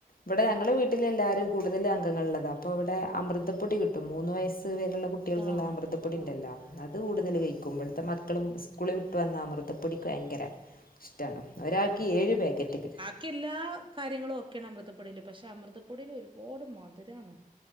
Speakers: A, on the left; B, on the right.
A: വടെ ഞങ്ങളെ വീട്ടിൽ എല്ലാരും കൂടുതൽ അംഗങ്ങൾള്ളതാ. പ്പവടെ അമൃതപ്പൊടി കിട്ടും. മൂന്ന് വയസ്സ് വരെ ള്ള കുട്ടികൾക്കുള്ള
B: ആഹ്
A: അമൃതപ്പൊടിണ്ടല്ലോ.
B: ആഹ്
A: അത് കൂടുതല്
B: ആഹ്
A: കഴിക്കും. വട്ത്തെ മക്കൾ സ്കൂള് വിട്ട് വന്നാ അമൃതപ്പൊടിക്ക് ഭയങ്കര ഇഷ്ടാണ്. ഒരാക്ക് ഏഴ് പാക്കറ്റ് കി
B: ക്കില്ലാ കാര്യങ്ങളും ഓക്കെയാണ് അമൃതപ്പൊടിയില്. പക്ഷെ അമൃതപ്പൊടിലൊരുപാട് മധുരാണ്